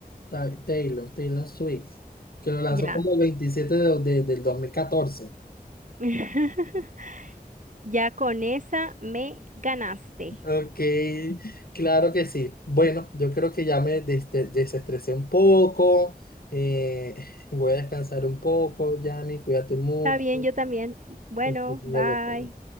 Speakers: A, on the left (about 70°); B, on the right (about 55°).
A: Ta- Taylor, Taylor Swift, que lo lanzó
B: Ya.
A: como el 27 de, de- del 2014.
B: <laughs> Ya con esa me ganaste.
A: Ok, claro que sí. Bueno, yo creo que ya me des- desestresé un poco. eh, voy a descansar un poco, Yanni, cuídate mucho.
B: Está bien, yo también. Bueno,
A: que estés bien,
B: bye.